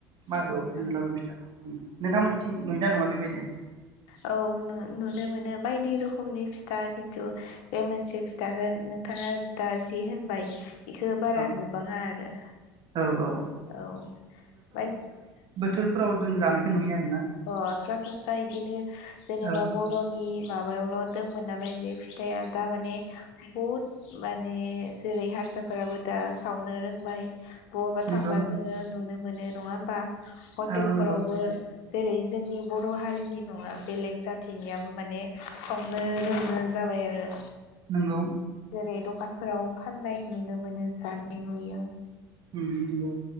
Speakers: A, on the right (about 40°); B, on the left (about 60°).
A: मागोआवबो
B: औ
A: जोङो लावदुम फिथाखौ बुङो नोंथांमोनिथिं नुयोना नुवा बेबायदि? <inaudible>
B: औ नु नुनो मोनो बायदि रोखोमनि फि था खिन्थु बे मोनसे फिथाखौ नोंथाङा दा जि होनबाय बेखौ बारा
A: औ
B: नुबाङा आरो
A: औ औ
B: औ <unintelligible>
A: थोरफोराव जों जानायखौ नुयो आरो
B: अ सरासनस्रा बिदिनो जेनेबा
A: औ
B: बर'नि माबायावल दंमोन नालाय बे फिथाइआ दा माने बहुद माने जेरै हारसाफोराबो दा सावनो रोंबाय बहाबा
A: नंगौ
B: थांबा जोङो नुनो मोनो नङा होमबा हटेल
A: औ नंगौ
B: फोरावबो जेरै जोंनि बर' हारिनि नङा बेलेग जाथिनियाबो माने संनो रोंनो जाबाय आरो।
A: नंगौ
B: जेरै दखानफोराव फाननाय नुनो मोनो जानाय नुयो
A: होम नंगौ